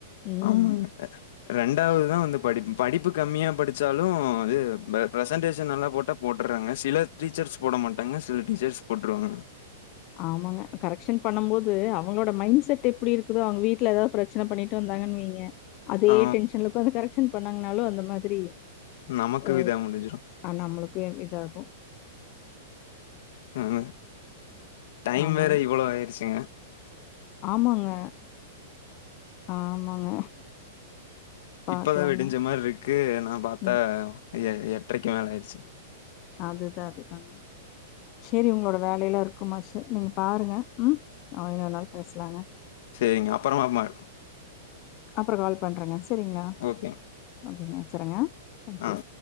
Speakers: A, on the left; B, on the left.
A: ம்.
B: ஆமாங்க சார் ரெண்டாவது தா வந்து படிப்பு படிப்பு கம்மியா படிச்சாலு இது பிரசன்டேஷன் நல்லா போட்டா போட்டுட்றாங்க சில டீச்சர்ஸ் போட மாட்டாங்க சில டீச்சர்ஸ் போட்ருவாங்க
A: ஆமாங்க கரெக்ஷன் பண்ணும் போது அவுங்களோட மைண்ட் செட் எப்டி இருக்குதோ அவுங்க வீட்ல ஏதாது பிரச் பிரச்சன பண்ணிட்டு வந்தாங்கன்னு வைங்க அதே
B: ஆ
A: டென்ஷன்ல ஒட்காந்து கரெக்ஷன் பண்ணாங்கனாலு அந்த மாதிரி
B: நமக்கு
A: அ
B: இதா முடிஞ்சிரும்.
A: ஆ நம்ளுக்கு இப்டிதா ஆகு
B: ஆங்க டைம்
A: ஆமாங்க.
B: வேற இவ்ளோ ஆயிருச்சிங்க
A: ஆமாங்க ஆமாங்க பாக்கலாங்க.
B: இப்பதா விடிஞ்சா மாரி இருக்கு நா பாத்தா
A: ம்.
B: எட்ரைக்கு மேல ஆயிடுச்சி
A: அதுதா அதுதா சேரி உங்களோட வேலையெல்லா இருக் குமாச்சி நீங்க‌ பாருங்க ம் ஆ இன்னொரு நாள் பேசலாங்க
B: சேரிங்க அப்றமா வந்து மாரிக்லா
A: அப்றோ கால் பண்றேங்க சேரிங்களா
B: ஓகேங்க
A: ஓகேங்க வெச்சிட்றேங்க தேங்க்யூ
B: ஆ.